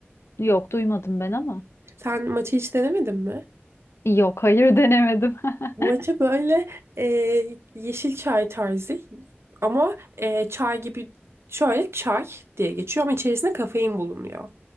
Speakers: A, on the left; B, on the right.
A: Yok, duymadım ben ama.
B: Sen matcha hiç denemedin mi?
A: Yok, hayır denemedim. <laughs>
B: Matcha böyle eee, yeşil çay tarzı ama eee, çay gibi şöyle çay diye geçiyor ama içerisinde kafein bulunuyor.